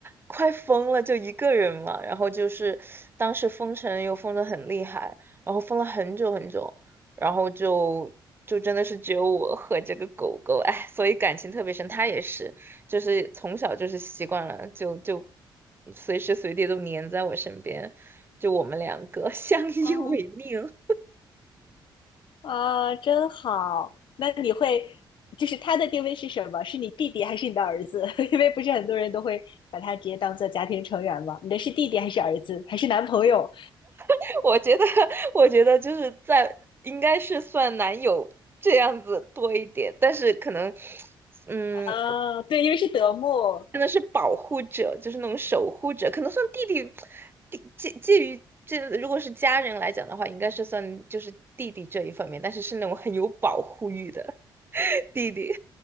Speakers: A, on the right; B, on the left.
A: 快疯了，就一个人嘛。然后就是当时封城又封得很厉害，然后封了很久很久，然后就就真的是只有我和这个狗狗，哎，所以感情特别深。它也是，就是从小就是习惯了，就就随时随地都黏在我身边，就我们两个相依为命。
B: 哦啊，真好。那你会就是它的定位是什么？是你弟弟还是你的儿子？<laughs> 因为不是很多人都会把它直接当做家庭成员嘛。你的是弟弟还是儿子还是男朋友？
A: <laughs> 我觉得，我觉得就是在应该是算男友这样子多一点，但是可能，嗯，
B: 啊，对，因为是德牧，
A: 真的是保护者，就是那种守护者，可能算弟弟，弟介介于这，如果是家人来讲的话，应该是算就是弟弟这一方面，但是是那种很有保护欲的 <laughs> 弟弟，